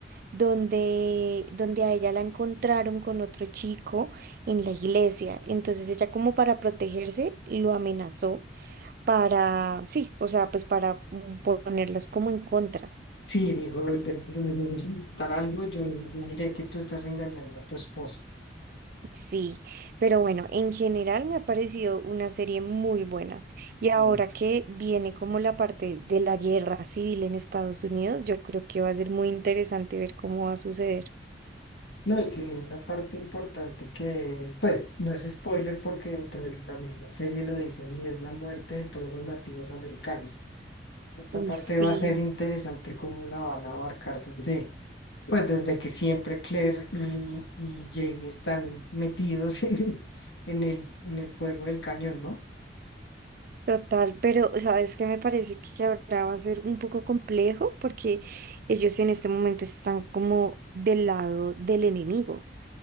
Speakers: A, on the right (about 50°); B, on the left (about 70°).
A: donde, donde a ella la encontraron con otro chico en la iglesia, entonces ella como para protegerse lo amenazó para, sí, o sea, pues para ponerlas como en contra.
B: Sí, dijo, donde, donde me necesitan algo, yo me diré que tú estás engañando a tu esposa.
A: Sí, pero bueno, en general me ha parecido una serie muy buena.
B: Sí.
A: Y ahora que viene como la parte de la guerra civil en Estados Unidos, yo creo que va a ser muy interesante ver cómo va a suceder.
B: No, y que viene una parte importante que es, pues, no es spoiler porque dentro de la misma serie lo dicen y es la muerte de todos los nativos americanos. Esta
A: Uy,
B: parte
A: sí,
B: va a ser interesante cómo la van a abarcar desde, pues, desde que siempre Claire y, y Jamie están metidos <laughs> en, el- en el, en el fuego del cañón, ¿no?
A: total, pero sabes que me parece que ahora va a ser un poco complejo porque ellos en este momento están como del lado del enemigo.